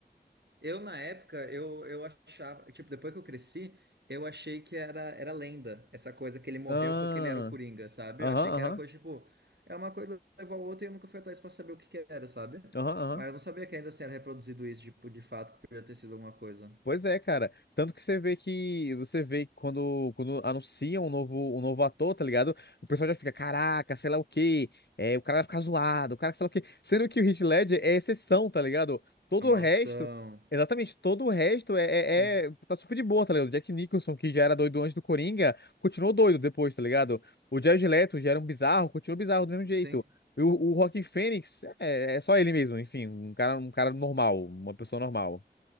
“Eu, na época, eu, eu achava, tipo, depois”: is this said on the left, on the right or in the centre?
Right